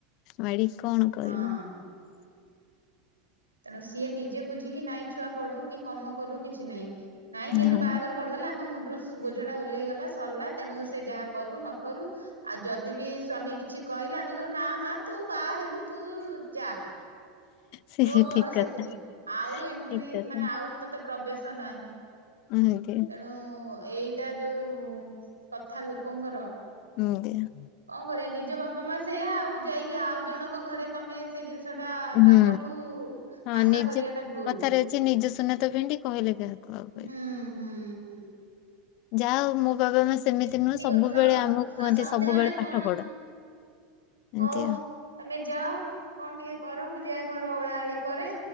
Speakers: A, on the left (about 50°); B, on the right (about 85°).
A: ମାଡି। କଣ କହିବ।
B: ହଁ ତେଣୁ ସିଏ ନିଜେ ବୁଝିକି ନାଇଁ ଛୁଆ ପଢୁ କି କମ କରୁ କିଛି ନାଇଁ। ନାଇଁ କିନ୍ତୁ
A: ହଁ
B: ବାହାଘର କରିଦେଲେ ଆମ ମୁଣ୍ଡରୁ ବୋଝ ଟା ଓହ୍ଲେଇ ଗଲା ସରିଲା ତେଣୁ ସେ ଯାହା କରୁ ନକରୁ। ଆଉ ଯଦି ବି ସ୍ଵାମୀ କିଛି କହିଲେ ଆମେ କହିବୁ ନା ମା ତୁ ବାହା ହେଲୁ ତୁ ଯା।
A: ସେ
B: ତୋ ଘର
A: ଠିକ
B: ସେଠି
A: କଥା
B: ଆଉ ଏଣ୍ଟ୍ରି
A: ଠିକ କଥା।
B: ମାନେ ଆଉ ତତେ ପ୍ରବେଶ ନାହିଁ।
A: ହୁଁ ଦିଅ
B: ତେଣୁ ଏଇଟା ଯୋଉ କଥା ଲୋକଙ୍କର।
A: ଏମିତିଆ।
B: କଣ କରିବା ନିଜ ବାପା ମା ସେଇୟା ଆଉ ଯାଇକି ଆଉ ଜଣଙ୍କ ଘରେ ତମେ ସେ ଜିନିସ ସଟା
A: ହୁଁ
B: ତାଙ୍କଠୁ
A: ହଁ
B: ଆଶା
A: ନିଜ
B: କରିବା ଟା ଭୁଲ।
A: କଥାରେ ଅଛି ନିଜ ସୁନା ତ ଭେଣ୍ଡି କହିଲେ କାହାକୁ ଆଉ କହିବେ।
B: ହୁଁ ହୁଁ ହୁଁ।
A: ଯାହା ହଉ ମୋ ବାବା ମା ସେମିତି
B: ଏମିତି
A: ନୁହେଁ ସବୁବେଳେ
B: କଥା ଆଉ
A: ଆମକୁ କୁହନ୍ତି
B: ଆଉ ସନ୍ଧ୍ୟା
A: ସବୁବେଳେ
B: ବେଳେ କଣ
A: ପାଠ ପଢ। ଏମିତି
B: ହଉ ତମେ
A: ଆଉ।
B: ଯାଅ କଣ ଟିକେ କର ମୁଁ ଯାଏ ଘର ଓଳା ଓଳି କରେ।